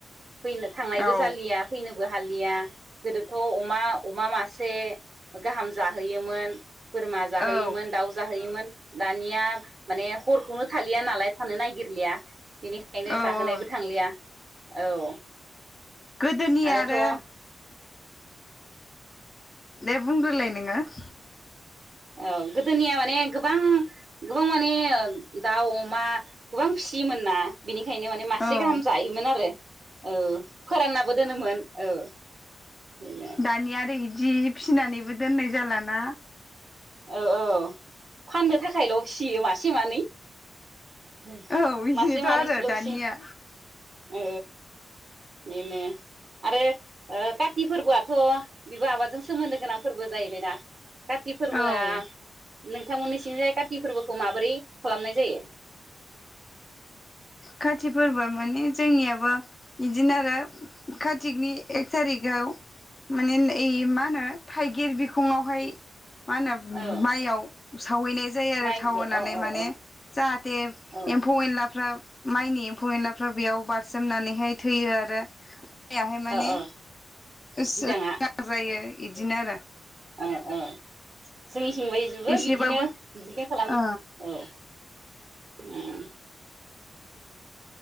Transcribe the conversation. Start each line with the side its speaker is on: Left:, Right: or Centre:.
Right: फैनो थांनायबो
Left: औ
Right: जालिया फैनो बो हालिया गोदोथ अमा अमा मासे गाहाम जाहोयोमोन। बोरमा जाहोयोमोन
Left: औ
Right: दाउ जाहोयोमोन दानिया माने हरखौनो थालिया नालाय थानो नागिरलिया बिनिखायनो
Left: औ
Right: जाहोनायबो
Left: औ
Right: थांलिया औ
Left: गोदोनि
Right: आरोथ'
Left: आरो
Right: औ
Left: दे बुंग्रोलाय नोंङो। <inaudible>
Right: औ गोदोनिया माने गोबां गोबां माने दाउ अमा गोबां फिसियोमोन ना बिनि बेखायनो माने मासे
Left: औ
Right: गाहाम जायोमोन आरो औ फोराननाबो दोनोमोन औ बेनो
Left: दानि आरो इदि फिसिनानैबो दोननाय जालाना
Right: औ औ फाननो थाखायल फियो मासे मानै। मासे
Left: औ बेनोथ
Right: मानैसोल'सै
Left: आरो दानिया
Right: ओ बेनो आरो ओ काति फोरबोआथ बेबो आबादजों सोमोनदो गोनां फोरबो जाहैबायना काति फोरबोआ
Left: औ
Right: नों नोंथांमोननिथिंजाय काति फोरबोखौ माबोरै खालामनाय जायो
Left: काति फोरबोआ माने जोंनियाबो बिदिनो आरो र्कतिकनि एक थारिखआव मानेन ओइ मा होनो थाइ गेरबिख फुङावहाय
Right: उम
Left: मा होनो
Right: औ
Left: माइयाव सावैनाय जायो आरो
Right: माइ
Left: थाव होनानै
Right: अ अ अ
Left: माने
Right: औ
Left: जाहाथे
Right: ओ
Left: एम्फौ एनलाफ्रा माइनि एमफौ एनलाफ्रा बेयाव बारसोमनानैहाय थैयो आरो बहाय <unintelligible> माने
Right: ओ
Left: जायो
Right: बिदाङा
Left: बिदिनो आरो
Right: औ औ जोंनिथिंबायजोबो
Left: एसेबाबो
Right: बिदिनो बिदिनो खालामो
Left: ओ
Right: औ उम